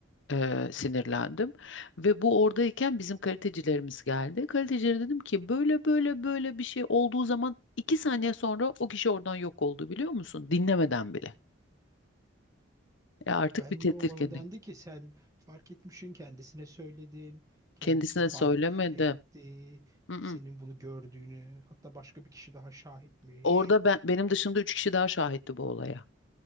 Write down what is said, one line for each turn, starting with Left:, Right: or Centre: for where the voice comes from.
Left: eee, sinirlendim. Ve bu oradayken bizim kalitecilerimiz geldi. Kalitecilere dedim ki böyle böyle böyle bir şey olduğu zaman iki saniye sonra o kişi oradan yok oldu biliyor musun? Dinlemeden bile. E artık
Right: Ben
Left: bir tedirginlik.
Right: yo bana dendi ki sen fark etmişsin kendisine söyledin. Kendisi
Left: Kendisine
Right: fark
Left: söylemedim.
Right: etti.
Left: Mm-mm.
Right: Senin bunu gördüğünü hatta başka bir kişi daha şahitmiş.
Left: Orada ben benim dışımda üç kişi daha şahitti bu olaya.